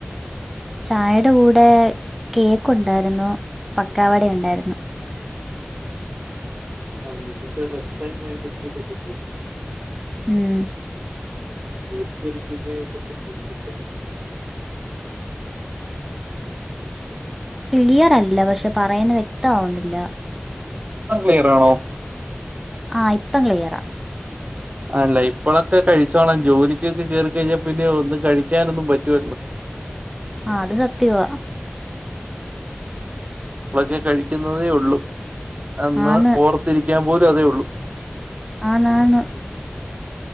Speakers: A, in the centre; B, on the right.
A: ചായയുടെ കൂടെ കേക്ക് ഉണ്ടായിരുന്നു പക്കാവട ഉണ്ടായിരുന്നു
B: ആ വീട്ടിൽത്തെറെസ്റ്റ് ടൈം <unintelligible>
A: ഉം
B: <inaudible>
A: ക്ലിയർ അല്ല പക്ഷെ പറയുന്ന വ്യക്തമാവുന്നില്ല
B: ഇപ്പക്ലിയർ ആണോ
A: ആഹ് ഇപ്പം ക്ലിയറ
B: അല്ല ഇപ്പോഴൊക്കെ കഴിച്ചോളൻ ജോലിക്കൊക്കെ കേറി കഴിഞ്ഞാൽ പിന്നെ ഒന്നും കഴിക്കാനൊന്നും പറ്റുവല്ലോ
A: ആഹ്അത് സത്യവാ
B: ഇപ്പളക്കെ കഴിക്കുന്നതേ ഉള്ളൂ അന്ന്
A: ആന്ന്
B: ഓർത്തിരിക്കാൻ പോലും അതേ ഉള്ളു
A: ആന്നാ ന്നാണ്